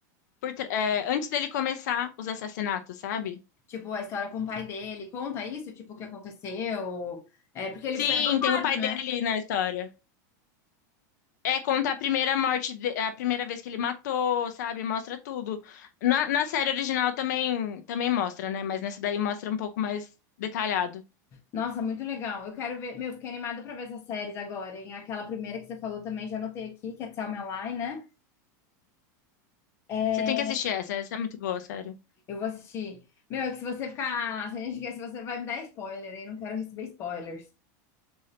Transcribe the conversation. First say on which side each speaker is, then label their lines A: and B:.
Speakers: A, on the left; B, on the left.
A: por tra- é, antes dele começar os assassinatos, sabe?
B: tipo, a história com o pai dele. Conta isso, tipo, o que aconteceu. É, porque ele
A: Sim,
B: foi adotado,
A: tem o pai
B: né?
A: dele na história. É, conta a primeira morte, de- a primeira vez que ele matou, sabe? Mostra tudo. Na, na série original também, também mostra, né? Mas nessa daí mostra um pouco mais detalhado.
B: Nossa, muito legal. Eu quero ver. Meu, fiquei animada pra ver essas séries agora, hein? Aquela primeira que você falou também, já anotei aqui, que é Tell Me a Lie, né? É,
A: Você tem que assistir essa, essa é muito boa, sério.
B: eu vou assistir. Meu, é que se você ficar. Se a gente quer, se você vai me dar spoiler, hein? Não quero receber spoilers.